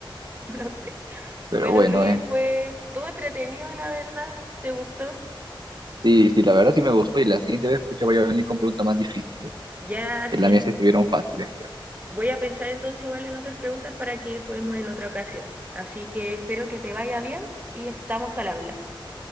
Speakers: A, on the right (about 20°); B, on the right (about 55°).
A: no sé.
B: Pero
A: Bueno,
B: bueno,
A: Luis,
B: eh.
A: pues todo entretenido, la verdad, ¿te gustó?
B: Sí, sí, la verdad sí me gustó y la siguiente vez, pucha, voy a venir con preguntas más difíciles,
A: Ya,
B: que
A: sí.
B: las mías estuvieron fáciles. creo.
A: Voy a pensar entonces igual en otras preguntas para que juguemos en otra ocasión. Así que espero que te vaya bien y estamos al habla.